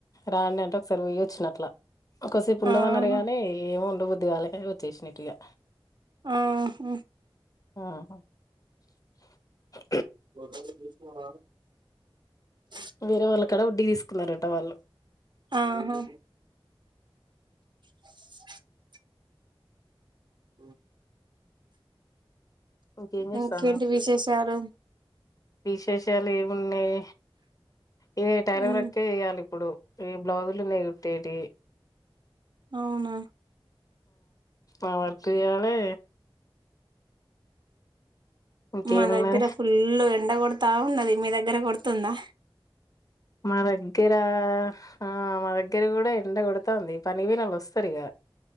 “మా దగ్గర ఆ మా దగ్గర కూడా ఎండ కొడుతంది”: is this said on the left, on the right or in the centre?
Left